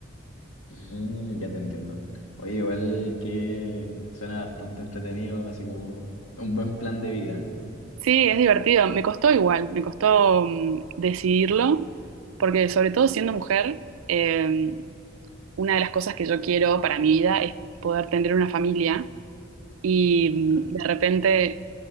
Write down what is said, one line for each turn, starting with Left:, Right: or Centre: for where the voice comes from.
Left: Mm, ya te entiendo. Oye, igual que suena bastante entretenido, así como un buen plan de vida.
Right: Sí, es divertido. Me costó igual, me costó mm, decidirlo, porque sobre todo siendo mujer, em, una de las cosas que yo quiero para mi vida es poder tener una familia y
Left: Claro.
Right: mm, de repente